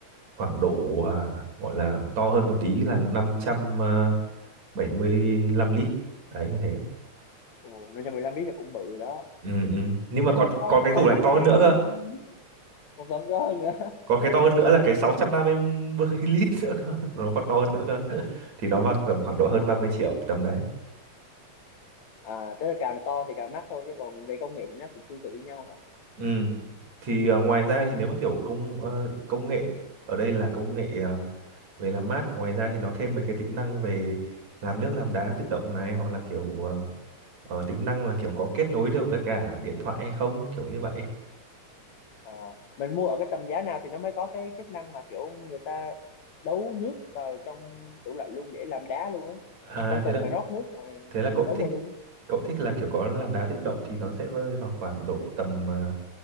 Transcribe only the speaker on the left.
ồ, nên cho 15 lít là cũng bự đó
thế
nó có
nó
có
sẵn
cái
nước còn vẫn có hơn nữa <laughs>
à
à tức là càng to thì càng mắc thôi chứ còn về công nghệ thì nó cũng tương tự với nhau hả
à mình mua ở cái tầm giá nào thì nó mới có cái chức năng mà kiểu người ta đấu nước vào trong tủ lạnh luôn để làm đá luôn ấy
không
cần
phải rót nước mà
nước
nó đấu
vào luôn ấy